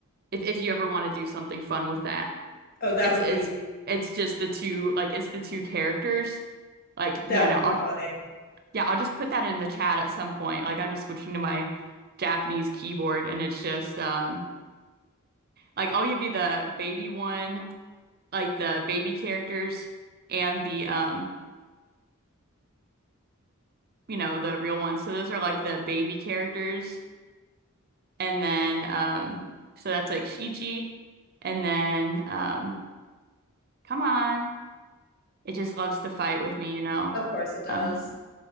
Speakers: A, on the right; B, on the left.
A: if if you ever want to do something fun with that.
B: Oh, that
A: It's
B: would
A: it's
B: be
A: it's just the two like it's the two characters. Like yeah,
B: that
A: no,
B: would
A: I'll
B: be funny.
A: yeah, I'll just put that in the chat at some point. Like I'm just switching to my Japanese keyboard and it's just um like I'll give you the baby one, like the baby characters and the um you know, the real ones. So those are like
B: Well,
A: the baby characters and then um so that's like Shichi and then um come on. It just loves to fight with me, you know.
B: Of course it does.
A: Um